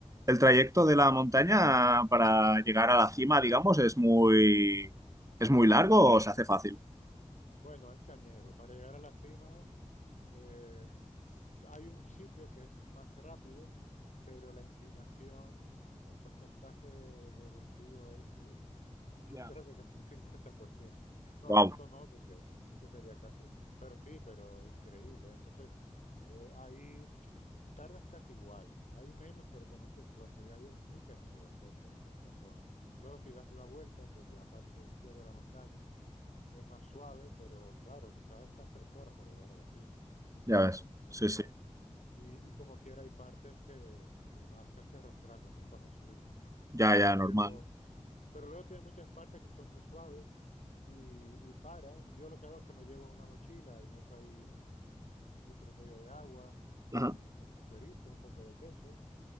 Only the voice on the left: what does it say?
Bueno, es cañero. Para llegar a la cima, eh, s- hay un sitio que es más rápido, pero la inclinación, el porcentaje de, de desvío es, uff, yo
<laughs> creo que casi un 50%. No,
tanto no, porque eso sería casi, pero sí, pero increíble. Entonces, eh, ahí tardas casi igual. Hay menos, pero con mucho esfuerzo. Y ahí es muy cañero hacerlo por esa zona. Luego, si das la vuelta por la parte izquierda de la montaña, es más suave, pero claro, quizás estás tres horas para llegar a la cima.
Entonces,
y, y como quiera, hay partes que, que vas casi arrastrándote <laughs> para subir.
Pero,
pero luego tiene muchas partes que son muy suaves y, y paras. Yo lo que hago es que me llevo una mochila y meto ahí un, un litro y medio de agua
con un poco de chorizo, un poco de queso